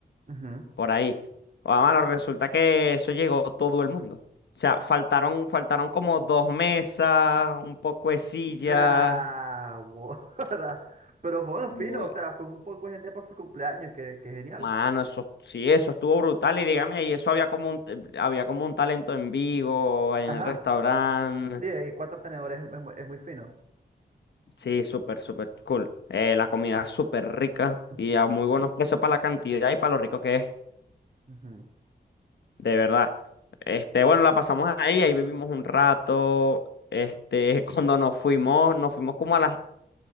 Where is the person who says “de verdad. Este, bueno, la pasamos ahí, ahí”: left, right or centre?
Left